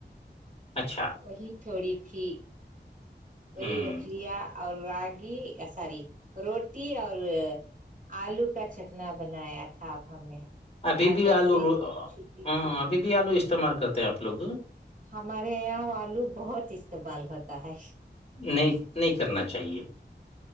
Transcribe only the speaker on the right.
وہی تھوڑی تھی وہی
رکھ لیا اور رگ ساری روٹی اور آلو کا چکنا بنایا تھا اب ہم نے
آج
ایسے
ہی چھٹی
تھی
ہمارے یہاں آلو بہت استعمال ہوتا ہے